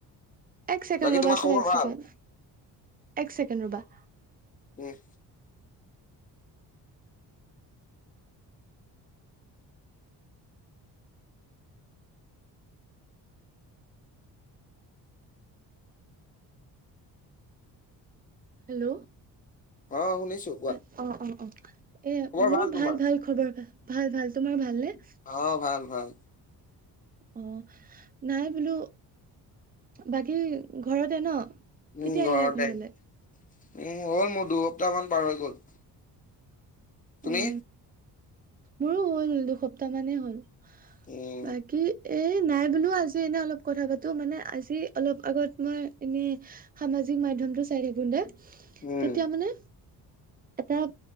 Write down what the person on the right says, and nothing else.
এক ছেকেণ্ড
ৰ'বাচোন
এক
ছেকেণ্ড এক ছেকেণ্ড ৰ'বা।
হেল্ল'।
অ'-অ'-অ' এ মোৰ
ভাল-ভাল
খবৰ ভাল-ভাল তোমাৰ ভাল নে?
অ', নাই বোলো বাকী ঘৰতে ন'? কেতিয়া
আহিলা
ঘৰলে?
উম মোৰো হ'ল দুসপ্তাহ মানেই হ'ল।
বাকী, এ নাই বোলো আজি এনে অলপ কথা পাতো, মানে আজি অলপ আগত মই এনেই সামাজিক মাধ্যমটো চাই থাকোঁতে
তেতিয়া মানে এটা